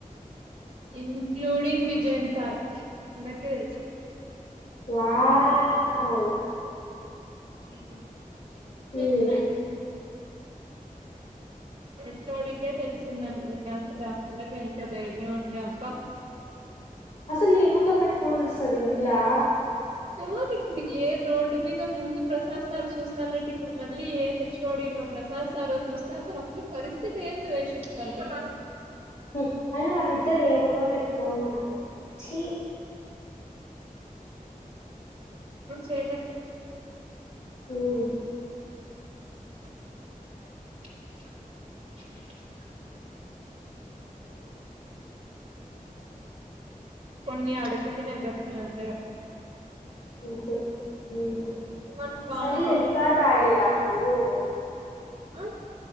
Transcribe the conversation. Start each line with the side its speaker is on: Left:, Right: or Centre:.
Right: including Vijayan sir ఎందర్కి అల్సొ
Left: వావ్
Right: మ్మ్ తెల్సై
Left: ఉమ్
Right: హెచ్ ఒ డి కే తెలిసిందండి అసల ఆ పిల్లకి ఎంత ధైర్యమండి అసల్
Left: అసలు ఏ మోకం బెట్టుకొని ఒస్తది ఆ పిల్లా.
Right: పోదు ఇప్పుడికి ఏ రోడ్డు మీదొ ముందు ప్రసాద్ సార్ చూస్తాన్నట్టు ఇప్పుడు మళ్ళీ ఏ హెచ్ఓడినో, ప్రసాద్ సారో చూస్తే అసలా పిల్ల పరిస్థితెంది వైష్ణ.? <unintelligible>
Left: హ్మ్ అయినా వాళ్ళిద్దరు ఏమొకం పెట్టుకొనున్నారు! చీ.
Right: చేయలేం
Left: ఊఊ.
Right: <unintelligible> <unintelligible> కొన్ని అడుక్కుతినే బ్రతుకులంతే.
Left: అంతే. ఊహ్మ్
Right: వన్ కాన్
Left: సర్లే, రికాడ్రాయలేదా నువ్వు? !
Right: ఆ.